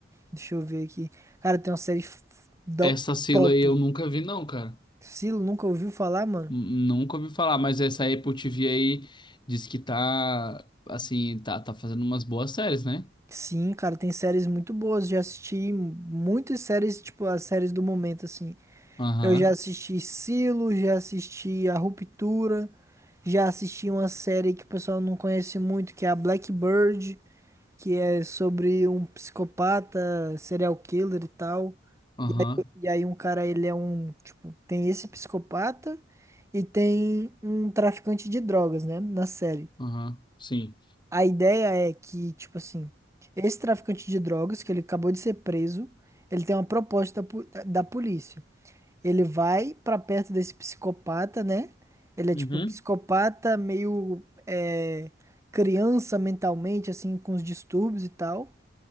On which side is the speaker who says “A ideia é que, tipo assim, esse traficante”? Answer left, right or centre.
Right